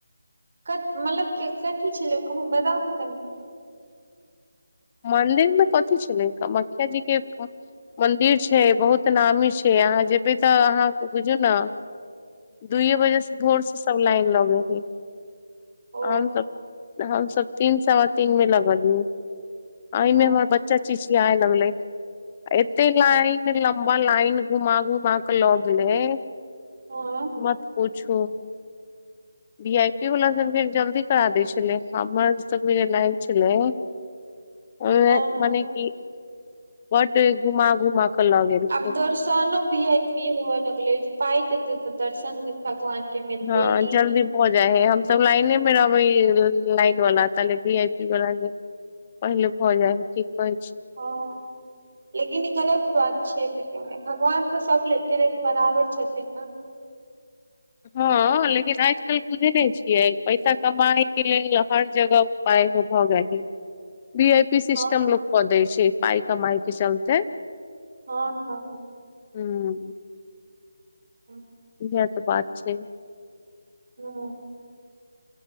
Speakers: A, on the right; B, on the left.
A: मतलब कथी छलै कह बताउ ने कनि
B: मन्दिर मे कथी छलै कामख्य जी के मंन्दिर छै बहुत नामी छै अहाँ जेबै तऽ अहाँके बुझू ने दुइए बजे से भोर से सब लाइन लगे हय
A: ओ
B: हमसब हमसब तीन सवा तीन मे लगलियै आइमे
A: ओ
B: हमर बच्चा चिचियाय लगलै एते लाइन लम्बा लाइन घुमा घुमा क लऽगेलै
A: हँ
B: मत पूछू भी आई पी वाला सबके जल्दी करा दै छलै हमर सब के जे लायन छलै ओ
A: हँ हँ
B: मने की बड घुमा घुमा के लऽ गेलखिन
A: आब दर्शनो भी आइ पी हुवऽ लगलै पा जेते तऽ दर्शन भगवान के मिलते
B: हँ
A: ई
B: जल्दी हो जाइ है हमसब लाइने मे रहबै लाइन वला ताले भी आई पी वाला जे पहिले भऽ जाइ ह की कहै छी
A: हं लेकिन ई गलत बात छैे लेकिन भगवान तऽ सब के लेल बराबर छथिन ने
B: हँ लेकिन आइज कालि बुझै नहि छियै पैसा कमायके लेल हर जगह पाय हो <unintelligible> जाय भी आइ ई सिस्टम
A: हँ
B: लोक कऽ दै छै पाइ कमाई के चलते
A: हँ हँ
B: हूं
A: ह
B: इह तऽ बात छै
A: हूॅं